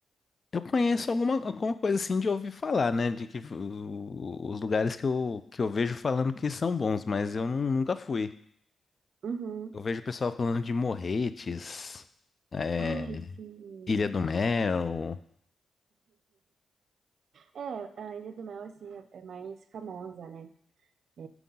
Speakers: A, on the left (about 40°); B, on the right (about 70°).
A: Eu conheço alguma, alguma coisa assim de ouvir falar, né? De que o- os lugares que eu, que eu vejo falando que são bons, mas eu nu- nunca fui.
B: Uhum.
A: Eu vejo o pessoal falando de Morretes, é,
B: Ai, sim.
A: Ilha do Mel.
B: É, a Ilha do Mel, assim, é é mais famosa, né? É,